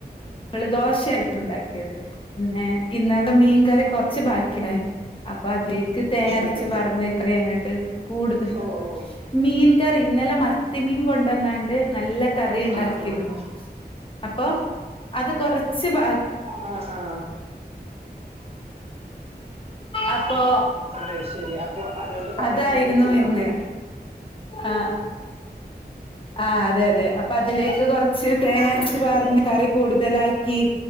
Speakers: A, on the left (about 30°); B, on the right (about 35°).
A: എള് ദോശായിരുന്നു ഇണ്ടാക്കിയത് പിന്നെ ഇന്ന് മീങ്കറി കൊർച് ബാക്കിയായി അപ്പൊ അതീ ക്ക് തേങ്ങര്ച്ച്
B: അതെ
A: പറന്നേക്കറി അങ്ങട്ട് കൂടുതൽ
B: ഓ ഓ
A: മീൻ കറി ഇന്നലെ മത്തിമീൻ കൊണ്ടോന്നാണ്ട് നല്ല കറി ണ്ടാക്കിരുന്നു
B: ആഹ് ആഹ്
A: അപ്പൊ അത് കൊറച്ച് ബാ
B: ആഹ് ആഹ്
A: അപ്പൊ
B: അയ്ശെരി അപ്പൊ അതോണ്ട് കറിയാക്കിട്ട്
A: അതായിരുന്നു
B: വെച്ചിണ്ടാവുലെ
A: ഇന്ന് ആഹ് ആഹ് അതെതെ അപ്പൊ അതിലേക്ക് കൊർ ച്ച് തേങ്ങര്ച്ച്
B: അങ്ങനെ
A: പാർന്ന്കറി തലാക്കി